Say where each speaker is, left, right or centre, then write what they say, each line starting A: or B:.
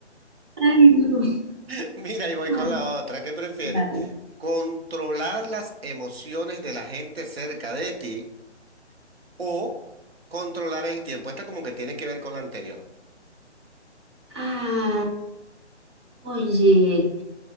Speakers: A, on the right; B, on the right.
A: Ay, no.
B: <laughs> Mira, y voy
A: <laughs>
B: con
A: Ay,
B: la otra, ¿qué prefieres?
A: dale.
B: ¿Controlar las emociones de la gente cerca de ti? o controlar el tiempo. Esta como que tiene que ver con la anterior.
A: Ah, Oye,